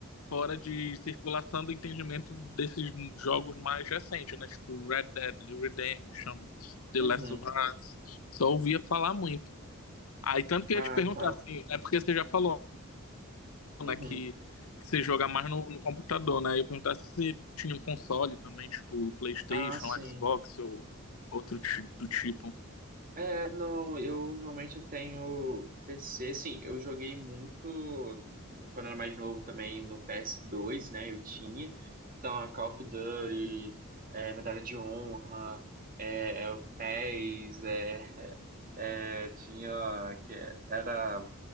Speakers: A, on the left (about 85°); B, on the right (about 40°).
A: fora de circulação do entendimento desses jogos mais recentes, né? Tipo, Red Dead Redemption, The
B: Uhum.
A: Last of Us. Só ouvia falar muito. Aí, tanto que
B: Ah,
A: eu ia te perguntar,
B: tá.
A: assim, é porque você já falou.
B: Uhum.
A: né? Que, que você joga mais no, no computador, né? Eu perguntar se você tinha um console também, tipo PlayStation,
B: Ah, sim.
A: Xbox ou outro ti- do tipo.
B: É, não, eu realmente tenho PC, sim, eu joguei muito quando era mais novo também no PS2, né? Eu tinha. Então, Call of Duty, é, Medalha de Honra, é, PES, é, <laughs> é, tinha, que é, era,